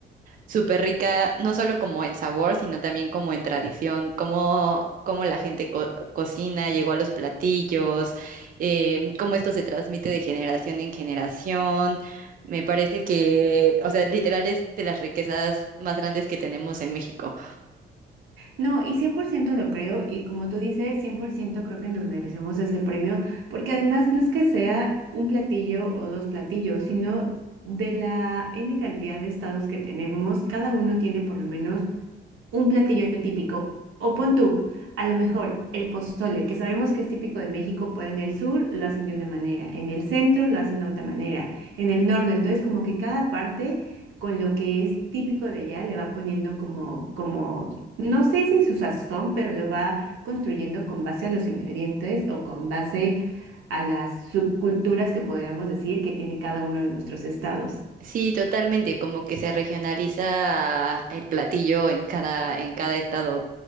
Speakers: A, on the right (about 45°); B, on the right (about 80°).
A: súper rica, no solo como en sabor, sino también como en tradición, cómo, cómo la gente co- cocina, llegó a los platillos, em, cómo esto se transmite de generación en generación. Me parece que, o sea, literal es de las riquezas más grandes que tenemos en México.
B: No, y 100% lo creo, y como tú dices, 100% creo que nos merecemos ese premio, porque además no es que sea un platillo o dos platillos, sino de la N cantidad de estados que tenemos, cada uno tiene por lo menos un platillo típico. O pon tú, a lo mejor el pozole, que sabemos que es típico de México, pero en el sur lo hacen de una manera, en el centro lo hacen de otra manera, en el norte. Entonces, como que cada parte con lo que es típico de allá le va poniendo como, como, no sé si su sazón, pero lo va construyendo con base a los ingredientes o con base a las subculturas que podríamos decir que tiene cada uno de nuestros estados.
A: Sí, totalmente, como que se regionaliza el platillo en cada, en cada estado.